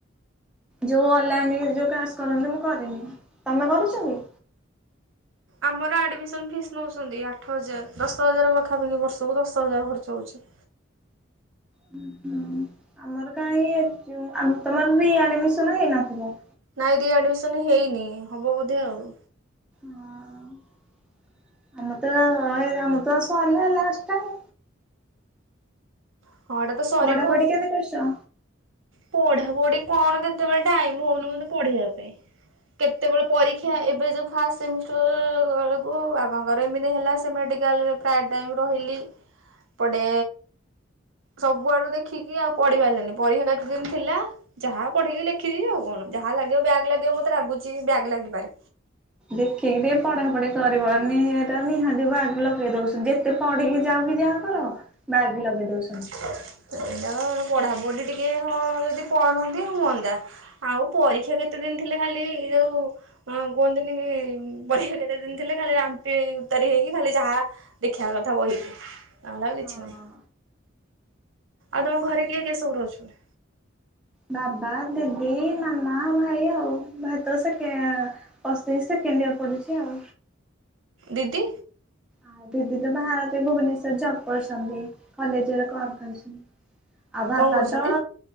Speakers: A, in the centre; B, on the right (about 85°).
A: ଯଉ ଅଲନାମିର ଯଉ କାସ୍ କରନ୍ତି ମୁଁ କରିନି, ତମେ କରୁଛ କି?
B: ଆମର ଆଡମିସନ ଫିସ୍ ନଉଛନ୍ତି ଆଠ ହଜାର ଦଶ ହଜାର ପାଖାପାଖି ବର୍ଷକୁ ଦଶ ହଜାର ଖର୍ଚ୍ଚ ହଉଛି।
A: ହୁଁ ହୁଁ ଆମର କାଁଇ ଏ ଯଉ ତମର ରିଆଡିମିସନ୍ ହେଇନଥିବ।
B: ନାଇଁ ରିଆଡିମିସନ ହେଇନି ହବ ବୋଧେ ଆଉ।
A: ହଁ ଆମତ ଆମତ ସରିଲା ଲାଷ୍ଟାଇ
B: ହଁ। ଏଇଟା ତ ସରିବ
A: ପଢା ପଢି
B: ଆଉ।
A: କେମତି କରୁଛ?
B: ପଢା ପଢି କଣ କେତେବେଳେ ଟାଇମ ହଉନି ମତେ ପଢିବା ପାଇଁ। କେତେବେଳେ ପରୀକ୍ଷା ଏବେ ଯଉ ଫାଷ୍ଟ ସେମିଷ୍ଟର ବେଳକୁ ବାବାଙ୍କର ଏମିତି ହେଲା ସେ ମେଡିକାଲରେ ପ୍ରାଏ ଟାଇମ୍ ରହିଲି ଏପଟେ ସବୁଆଡୁ ଦେଖିକି ଆଉ ପଢି ପାରିଲିନି ପରିକ୍ଷା କେତେ ଦିନ ଥିଲା ଯାହା ପଢିକି ଲେଖବି ଆଉ କଣ ଯାହା ଲାଗିବ ବ୍ୟାଗ୍ ଲାଗିବ ମତେ ଲାଗୁଛି ବ୍ୟାଗ୍ ଲାଗିପାରେ।
A: ଦେଖିକି ଟିକେ ପଢା ପଢି କରିବ ନି-ନିହାତି ବାଗ ଲଗେଇ ଦଉଛନ୍ତି ଯେତେ ଯେତେ ପଢିକି ଯାଉ କି ଯାହାକର ବ୍ୟାଗ ଲଗେଇ ଦଉଛ
B: ସେଇଟା ପଢାପଢି ଟିକେ ହଁ ଯଦି ପଢନ୍ତି ହୁଅନ୍ତା ଆଉ ପରୀକ୍ଷା କେତେ ଦିନ ଥିଲେ ଖାଲି ଏଇ ଯୋଉ ହଁ କୁହନ୍ତିିନି ପରିବା କେତେ ଦିନ ଥିଲେ ଖାଲି ରାମ୍ପି ଉତାରି ହେଇକି ଖାଲି ଯାହା ଦେଖିବା କଥା ବହିକି ନହେଲେ ଆଉ କିଛି
A: ହଁ।
B: ନାହିଁ। ଆଉ ତମ ଘରେ କିଏ କିଏ ସବୁ ରହୁଛନ୍ତି?
A: ବାବା ଦିଦି ମାମା ଭାଇ ଆଉ ଭାଇ ତ ସେ କେ ଅ ସେକେଣ୍ଡ ଇୟର ପଢୁଛି ଆଉ।
B: ଦିଦି?
A: ଆଉ ଦିଦି ତ ବାହାର ଭୁବନେଶ୍ୱର ଜବ୍ କରୁଛନ୍ତି କଲେଜରେ କଣ କରିଛନ୍ତି? ଆଉ
B: କଣ
A: ଭାତ
B: କରୁଛନ୍ତି?